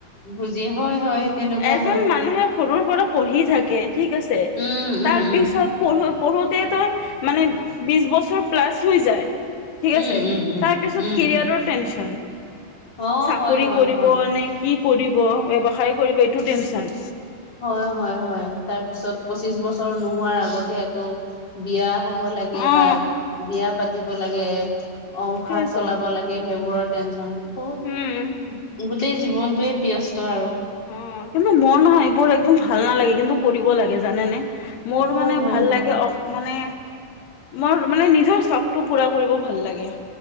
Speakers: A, on the left; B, on the left.
A: বুজি হয় হয় তেনেকুৱা
B: এজন
A: হয়
B: মানুহে। সৰুৰ পৰা পঢ়ি থাকে ঠিক আছে
A: উম উম
B: তাৰ
A: উম
B: পিচত। পঢ়োতেতো মানে বিশ বছৰ প্লাছ হৈ যায়। ঠিক
A: উম
B: আছে
A: উম উম
B: তাৰপিছত
A: উম
B: কেৰিয়াৰৰ টেনচন।
A: অ
B: চাকৰি
A: হয় হয়
B: কৰিব
A: হয়
B: নে কি কৰিব ব্যৱসায় কৰিব এইটো টেনচন।
A: হয় হয় হয় তাৰ পিছত পচিশ বছৰ নোহোৱাৰ আগতে আকৌ বিয়া হব লাগে
B: অ
A: বা বিয়া পাতিব লাগে অসাৰ
B: সেইটোৱেতো
A: চলাব লাগে সেইবোৰত। বহুত
B: উম
A: গোটেই জীৱনটয়ে ব্যস্ত আৰু।
B: অ কিন্তু মন হয় এইবোৰ একদম ভাল নালাগে কিন্তু কৰিব লাগে জানে নে। মোৰ
A: হয়
B: মানে
A: হয়
B: ভাল
A: হয়
B: লাগে অ মানে মোৰ মানে নিজৰ চখটো পুৰা কৰিব ভাল লাগে‌।